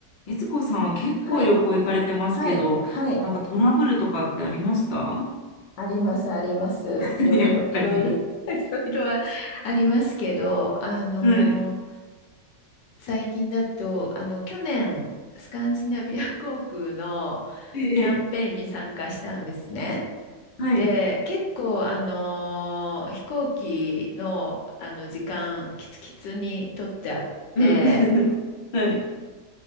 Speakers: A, on the left; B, on the left.
A: いつこさんは結構旅行行かれてますけど、
B: はい、はい、はい。
A: なんかトラブルとかってありました
B: あります、あります。
A: <laughs>
B: いろいろ、
A: やっぱり。
B: いろいろ、<laughs> いろいろはありますけど、あの、
A: はい。
B: 最近だと、あの、去年、スカンジナビア航空の
A: ええ、
B: キャンペーンに参加したんですね。
A: ええはい。
B: で、結構、あの、飛行機の、あの、時間、キツキツに取ってあって、
A: うん。<laughs> はい。